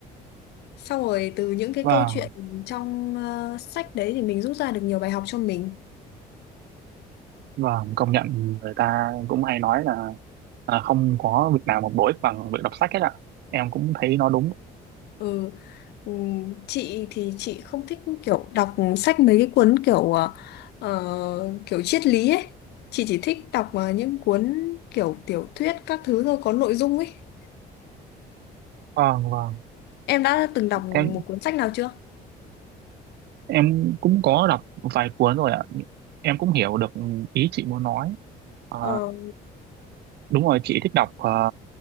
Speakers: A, on the left; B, on the right.
A: xong rồi từ những cái
B: Vâng
A: câu chuyện trong ờ, sách đấy thì mình rút ra được nhiều bài học cho mình
B: vâng công nhận người ta cũng hay nói là à, không có việc nào mà bổ ích bằng việc đọc sách hết ạ em cũng thấy nó đúng
A: ừ ừm, chị thì chị không thích kiểu đọc sách mấy cái cuốn kiểu ờ, ờ, kiểu triết lý ấy chị chỉ thích đọc ờ, những cuốn kiểu tiểu thuyết các thứ thôi có nội dung ấy
B: vâng vâng
A: em đã từng đọc
B: thế
A: một cuốn sách nào chưa
B: em cũng có đọc vài cuốn rồi ạ em cũng hiểu được ý chị muốn nói À,
A: Ờ
B: đúng rồi chị thích đọc ờ,